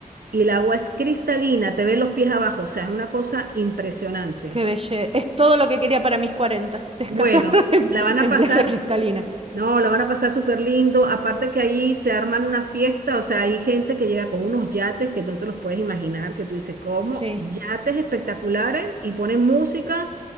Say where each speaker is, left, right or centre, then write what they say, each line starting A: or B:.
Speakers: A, on the right; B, on the right.
A: Y el agua es cristalina, te ves los pies abajo, o sea, es una cosa impresionante.
B: Qué belleza. Es todo lo que quería para mis 40. Descansar
A: Bueno,
B: <laughs> en,
A: la van a
B: en
A: pasar,
B: playa cristalina.
A: no, la van a pasar súper lindo. Aparte que ahí se arman una fiesta, o sea, hay gente que llega con unos yates que tú no te los puedes imaginar, que tú dices, ¿cómo?
B: Sí.
A: Yates espectaculares y ponen música